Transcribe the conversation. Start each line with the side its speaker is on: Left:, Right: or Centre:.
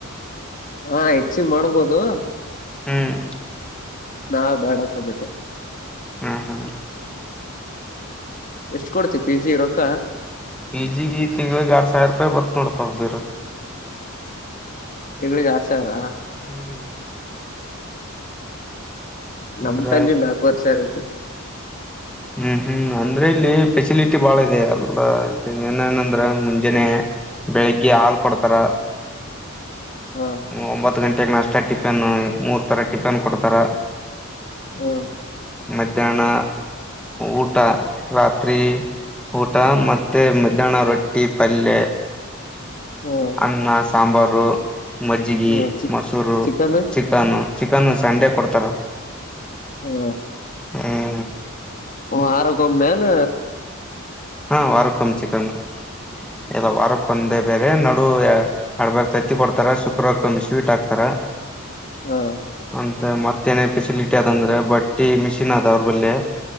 Left: ಹಾ ಹೆಚ್ಚನ್ ಮಾಡ್ಬೋದು
Centre: ಹ್ಮ್
Left: ನಾ ಬೇಡ ಅಂತ ಬಿಟ್ಟೆ
Centre: ಹ್ಮ್ ಹಾ
Left: ಎಷ್ಟು ಕೊಡ್ತಿವಿ ಪಿ ಜಿ ಇರೊಕ್ಕ
Centre: ಪ ಜಿಗೆ ಈ ತಿಂಗಳಿಗೆ ಆ ಸಾವಿರ ರೂಪಾಯಿ ಬರ್ತ ನೋಡಡ್ ಬೇ
Left: ತಿೆಗ್ಗಳಿಗೆ ಆಸಾರ
Centre: ಹ್ಮ್ ಅಂದ್ರ
Left: ನಮ್ ತಲ್ಲಿಿ ನಾಲ್ಕವರ್ ಸರ್ ಐತೆತಿ
Centre: ಹ್ಮ್ ಹ್ಮ್ ಅಂದ್ರೆ ಇಲ್ಲಿ ಫೆಸಿಲಿಟಿ ಬಾಳ ಇದೆ ಅಲ್ ಏನೇನಂದ್ರ ಮುಂಜಾನೇ ಬೆಳಿಗ್ಗೆ ಹಾಲು ಕೊಡ್ತಾರ
Left: ಹಾ
Centre: ಒಂಬತ್ತು ಗಂಟೆಗೆ ನಾಸ್ತ ಟಿಫೆನ್ ಮೂರ್ ತರ ಟಿಫೆನ್ ಕೊಡ್ತಾರ
Left: ಹಾ
Centre: ಮಧ್ಯಾಹ್ನ ಊಟ ರಾತ್ರಿ ಊಟ ಮತ್ತು ಮಧ್ಯಾಹ್ನ ರೊಟ್ಟಿ ಪಲ್ಯೆ
Left: ಹಾ
Centre: ಅನ್ನ ಸಾಂಬಾರು ಮಜ್ಜಿಗೆ
Left: ಹಾ ಚಿಕ್
Centre: ಮೊಸೂರು
Left: ಚಿಕನ್
Centre: ಚಿಕ್ ಚಿಕನ್ ಚಿಕನ್ ಸಂಡೆ ಕೊಡ್ತಾರ
Left: ಹ್ಮ
Centre: ಹ್ಮ
Left: ಹ್ಮ್ಮ್ ಆರಗೋಮನ್ನು ಮೇನ
Centre: ಹಾ ವಾರಕ್ಕ ಒಮ್ಮ ಚಿಕನ ಇಲ್ಲ ವಾರಕ್ಕ ಒಂದೆ ಬೇರೆ ನಡು ಆಡ್ಬಾರ ತತ್ತಿ ಕೊಡ್ತಾರ ಶುಕ್ರ ಕಮ್ಮಿ ಸ್ವೀಟ್ ಹಾತಾರ
Left: ಹಾ
Centre: ಅಂತ ಮತ್ತೇಏನೇನ್ ಫೆಸಿಲಿಟಿ ಅದಂದ್ರೆ ಬಟ್ಟಿ ಮಿಷಿನ್ ಅದ ಅವ್ರ ಬಲ್ಲಿಿ